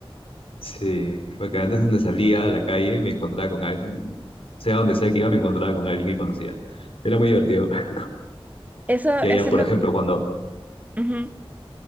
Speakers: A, on the left; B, on the right.
A: Sí, porque antes donde salía a la calle me encontraba con alguien. Sea donde sea que iba, me encontraba con alguien que conocía. Era muy divertido. <laughs>
B: Eso,
A: Y allá,
B: eso
A: por
B: me...
A: ejemplo, cuando
B: Ujú.